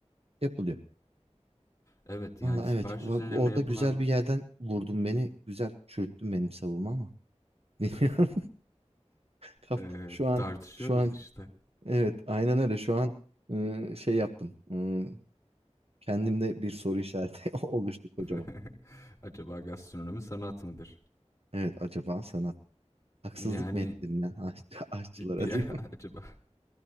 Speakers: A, on the right; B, on the left.
A: yapılıyor.
B: evet yani
A: Valla
B: sipariş
A: evet va-
B: üzerine
A: orada
B: yapılan
A: güzel bir yerden vurdun beni. Güzel çürüttün benim savunma ama. <laughs> Bilmiyorum.
B: <laughs>
A: Kaf-
B: eee,
A: Şu an
B: tartışıyoruz
A: şu an
B: işte.
A: Evet, aynen öyle. Şu an ıı, şey yaptım. Iı, kendimde bir soru işareti <laughs> oluştu kocaman.
B: <laughs> Acaba gastronomi sanat mıdır?
A: Evet, acaba sanat haksızlık
B: Yani
A: mı ettim ben aş- <laughs> aşçılara
B: bir
A: diyor.
B: <laughs> acaba